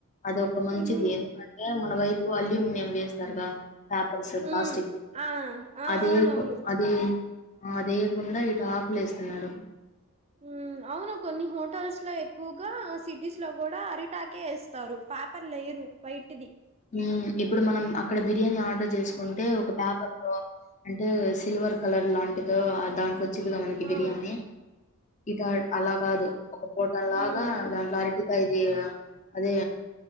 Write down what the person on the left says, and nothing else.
అద ఒక మంచిది
ఎందుకంటే మన వైపు అల్యూమినియం చేస్ లాటి గా పేపర్స్ ప్లాస్టిక్
అది
ప్ అది ఆదేయకుండా ఇటు ఆకులు ఏస్తున్నారు
వ్మ్ ఇప్పుడు మనం అక్కడ బిర్యానీ ఆర్డర్ చేసుకుంటే ఒక పేపర్ తో అంటే సిల్వర్ కలర్ లాంటిదో ఆ దాంట్లో మంచిదిగా మనకి బిర్యానీ
ఇగ అలా కాదు ఒక పోట లాగా
దాంట్లో అర్ టికాది అదే